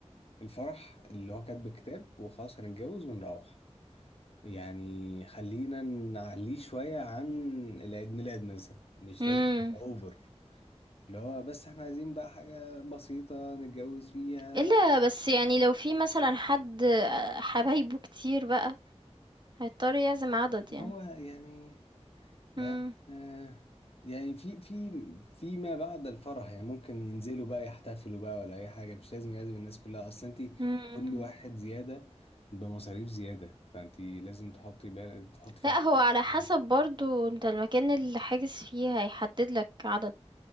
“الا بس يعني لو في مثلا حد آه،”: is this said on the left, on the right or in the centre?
Right